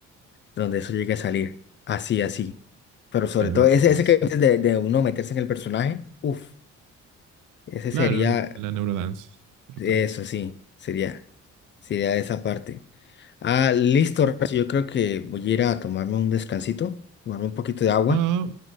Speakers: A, on the left; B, on the right.
A: donde eso llegue a salir. Así, así. Pero sobre
B: Yo
A: todo
B: lo
A: ese,
B: creo,
A: ese
B: sí.
A: que dices de, de uno meterse en el personaje, uff ese
B: Claro,
A: sería
B: la neurodance. Brutal.
A: Eso sí, sería, sería esa parte. Ah, listo, Rex, yo creo que voy a ir a tomarme un descansito, tomarme un poquito de agua
B: Ah,